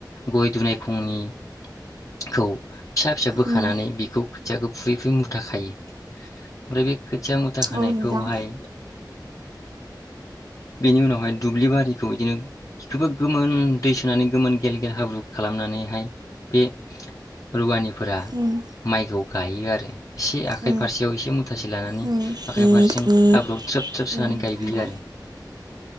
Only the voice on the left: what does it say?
गय दुनाय खंनिखौ फिसा फिसा बोखानानै
बिखौ खोथियाखौ फुयै फुयै मुथा खायो ओमफ्राय बे खोथिया मुथा खानायखौहाय
बिनि उनावहाय दुब्लि बारिखौ इदिनो इखोबो गोमोन दै सोनानै गोमोन गेल गेल हाब्रु खालामनानैहाय बे रुवानि फोरा
माइखौ गायो आरो एसे आखाइ
फारसेयाव एसे मुथासे लानानै
आखाइ
फारसेजों हाब्रुआव थ्रोब थ्रोब
सो नानै गायबोयो आरो